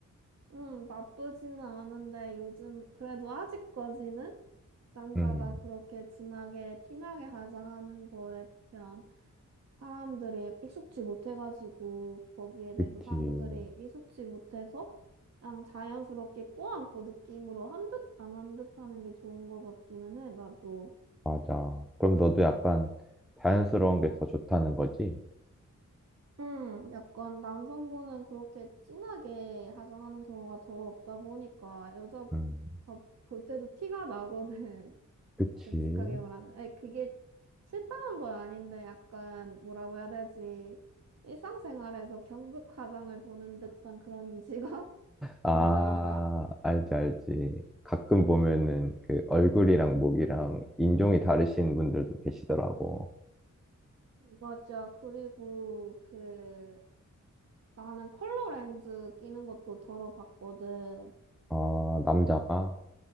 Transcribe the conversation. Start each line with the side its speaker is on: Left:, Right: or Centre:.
Right: 음, 나쁘지는 않은데 요즘 그래도 아직까지는 남자가
Centre: 음,
Right: 그렇게 진하게 티나게 화장하는 거에 대한 사람들이 익숙지 못해가지고 거기에 대해서
Centre: 그치.
Right: 사람들이 익숙지 못해서 그냥 자연스럽게 꼬안고 느낌으로 한 듯 안 한 듯 하는 게 좋은 것 같기는 해. 나도
Centre: 맞아. 그럼 너도 약간 자연스러운 게 더 좋다는 거지?
Right: 음 약간 남성분은 그렇게 진하게 화장하는 경우가 더러 없다 보니까 여자가
Centre: 음,
Right: 볼 때도 티가 나거든.
Centre: 그치.
Right: 솔직하게 말하면. 아니, 그게 싫다는 건 아닌데, 약간, 뭐라고 해야 되지? 일상생활에서 경극 화장을 보는 듯한 그런 이질감? <laughs>
Centre: 아,
Right: 뭔지 알아?
Centre: 알지, 알지. 가끔 보면은 그 얼굴이랑 목이랑 인종이 다르신 분들도 계시더라고.
Right: 맞아. 그리고, 그, 나는 컬러 렌즈 끼는 것도 덜어 봤거든.
Centre: 아, 남자가?